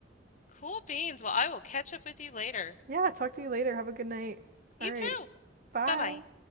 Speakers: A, on the left; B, on the right.
A: Cool beans. Well, I will catch up with you later.
B: Yeah, talk to you later. Have a good night.
A: You
B: All right.
A: too.
B: Bye.
A: Bye-bye.